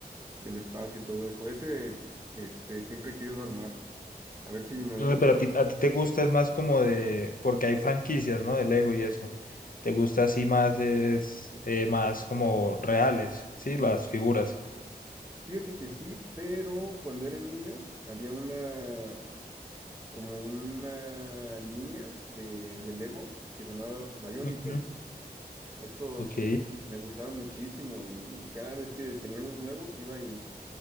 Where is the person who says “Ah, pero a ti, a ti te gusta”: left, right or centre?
Left